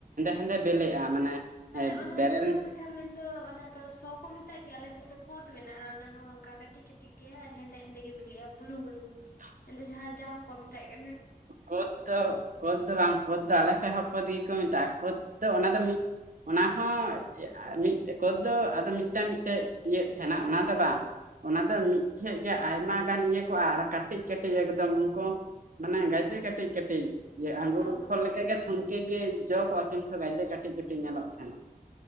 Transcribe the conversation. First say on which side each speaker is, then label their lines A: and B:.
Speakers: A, on the right; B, on the left.
A: ᱦᱮᱸᱫᱮ ᱵᱤᱞᱮᱜᱼᱟ ᱢᱟᱱᱮ
B: ᱛᱟᱦᱞᱮ ᱚᱱᱟ
A: ᱵᱮᱨᱮᱞ
B: ᱥᱩᱲᱟᱹ ᱢᱟ ᱢᱟᱦᱟᱸ ᱢᱮᱱᱫᱚ ᱚᱱᱟ ᱫᱚ ᱥᱚ ᱠᱚ ᱢᱮᱛᱟᱜ ᱜᱮᱭᱟ ᱟᱞᱮᱥᱱ ᱫᱚ ᱠᱳᱛ ᱢᱮᱱᱟᱜᱼᱟ ᱚᱱᱟᱦᱚᱸ ᱚᱱᱠᱟ ᱠᱟᱹᱴᱤᱡ ᱠᱟᱹᱴᱤᱡ᱾ ᱠᱟᱴᱤᱡ ᱜᱮᱭᱟ ᱟᱨ ᱦᱮᱸᱫᱮ ᱦᱮᱸᱫᱮ ᱜᱮ ᱢᱤᱞᱤᱜᱼᱟ ᱵᱩᱞᱩ ᱵᱩᱞᱩ
A: <inaudible>
B: ᱟᱫᱚ ᱡᱟᱦᱟᱸ ᱡᱟᱢ ᱠᱚ ᱢᱮᱛᱟᱜ ᱠᱟᱱᱟ
A: ᱠᱳᱛ ᱫᱚ ᱠᱳᱫᱽ ᱫᱚ ᱵᱟᱝ ᱠᱳᱫᱽ ᱫᱚ ᱟᱞᱮ ᱥᱮᱜ ᱦᱚᱸ ᱠᱚ ᱫᱤ ᱠᱚ ᱢᱮᱛᱟᱜᱼᱟ ᱠᱳᱛ ᱫᱚ ᱚᱱᱟ ᱫᱚ ᱢᱤᱫ ᱚᱱᱟᱦᱚᱸ ᱢᱤᱫ ᱴᱮᱜ ᱠᱳᱛ ᱫᱚ ᱟᱫᱚ ᱢᱤᱫᱴᱟᱝ ᱢᱤᱫᱴᱮᱡ ᱤᱭᱟ. ᱛᱟᱦᱮᱱᱟ ᱚᱱᱟ ᱫᱚ ᱵᱟᱝ ᱚᱱᱟ ᱫᱚ ᱢᱤᱫᱴᱷᱮᱱ ᱜᱮ ᱟᱭᱢᱟ ᱜᱟᱱ ᱤᱭᱟᱹ ᱠᱚᱜᱼᱟ ᱟᱨ ᱠᱟᱹᱴᱤᱡ ᱠᱟᱹᱴᱤᱡ ᱮᱠᱫᱚᱢ ᱩᱱᱠᱩ ᱢᱟᱱᱮ ᱜᱟᱡᱮ ᱠᱟᱹᱴᱤᱡ ᱠᱟᱹᱴᱤᱡ᱾ ᱤᱭᱟᱹ ᱟᱝᱜᱩᱨ
B: ᱚ
A: ᱯᱷᱚᱞ ᱞᱮᱠᱟᱜᱮ ᱛᱷᱩᱢᱠᱮ ᱜᱮ ᱡᱚ ᱠᱚᱜᱼᱟ ᱠᱤᱱᱛᱩ ᱜᱟᱡ ᱫᱚ ᱠᱟᱹᱴᱤᱡ ᱠᱟᱹᱴᱤᱡ ᱧᱮᱞᱚᱜ ᱛᱟᱦᱮᱱᱟ᱾